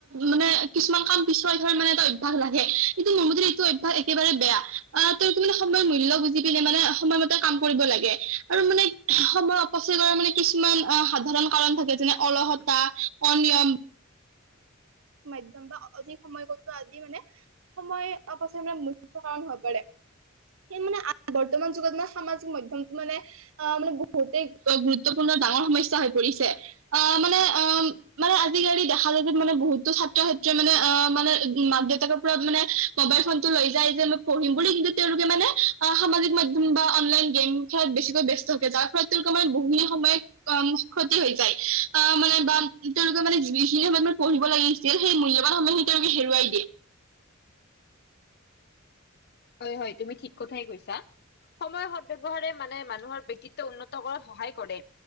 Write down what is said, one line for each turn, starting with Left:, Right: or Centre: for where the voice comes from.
Right: মানে কিছুমান কাম পিছৰা থৈ মানে এটা অ্য়। ভাগ লাগে কিন্তু মোৰো এইটো একেবাৰে বেয়া। অ তোৰ কি মানে সময়ৰ মূল্য বুজি পিনে মানে সময়মতে কাম কৰিব লাগে। আৰু মানে সময় অপচিতাৰ মানে কিছুমান অ সাধাৰণ কাৰণ থাকে যেনে অলহতা। অনিয়ম। মাধ্যম বা অধিক সময় কটোৱা আদি মানে সময় অপচ মানে। কাৰণ হৈ পাৰে স মানে বৰ্তমান যুগত মানে সামাজিক মাধ্যমটো মানে। অ মানে বহুতে গুৰুত্বপূৰ্ণ ডাঙৰ সমস্যা হৈ পৰিছে আহ মানে অ মানে আজিকালি দেখা যায় যে মানে বহুত ছাত্ৰ ছাত্ৰীয়ে মানে অ মানে মাক দেউতাকৰ পৰা মানে মোবাইল ফোনটো লৈ যায় যে মই পঢ়িম বুলি তেওঁলোকে মানে আহ সামাজিক মাধ্যম বা অনলাইন গেম খেলাত বেছিকৈ ব্যস্ত থাকে যাৰ ফলত তেওঁলোকে মানে বহু সময় অ ক্ষতি হৈ যায় আহ মানে বা তেওঁলোকে মানে যিখিনি সময়ত মানে পঢ়িব লাগে যে সেই মূল্যবান সময় খিনি তেওঁলোকে হেৰুৱাই দিয়ে
Left: হয় হয় তুমি ঠিক কথাই কৈছা সময় সদ ব্যৱহাৰে মানে মানুহৰ ব্যক্তিত্ব উন্নত কৰাত সহায় কৰে